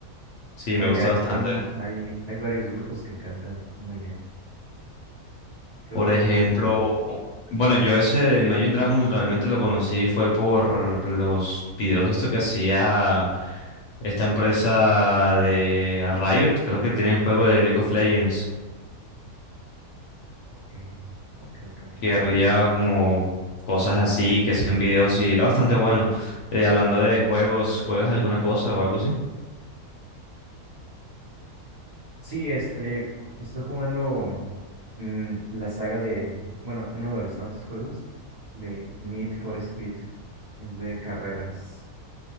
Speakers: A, on the left; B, on the right.
A: Sí,
B: Vaya,
A: me gusta bastante.
B: hay, hay, hay, varios grupos que cantan muy bien. ¿Qué
A: Por
B: otro
A: ejemplo,
B: grupo?
A: bueno, yo ese de Imagine Dragons realmente lo conocí fue por los videos de esto que hacía esta empresa de Riot, creo que tienen juego de League of Legends,
B: Ok, ok, ok.
A: que había como cosas así que hacían videos y era bastante bueno. Eh, hablando de juegos, ¿juegas alguna cosa o algo así?
B: Sí, este, estoy jugando mm, la saga de, bueno, uno de los tantos juegos de Need for Speed, es de carreras.